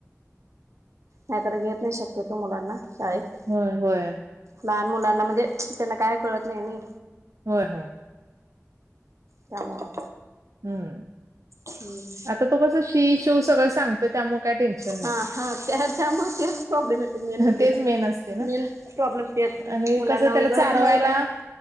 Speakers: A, on the right; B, on the right.
A: नाहीतर घेत नाही शक्यतो मुलांना शाळेत.
B: होय. होय.
A: लहान मुलांना म्हणजे त्यांना काय कळत नाही नई.
B: होय. होय.
A: त्यामुळं.
B: हम्म.
A: हम्म.
B: आता तो कस शी सु सगळं सांग तर त्यामुळे काय टेन्शन नाही.
A: हा हा त्या त्यामुळे तेच प्रॉब्लेम येते मेन म्हणजे
B: तेच मेन असते ना.
A: मेन प्रॉब्लेम तेच.
B: आणि
A: मुलांना
B: कसं त्याला
A: उगच
B: चारवायला
A: मग हा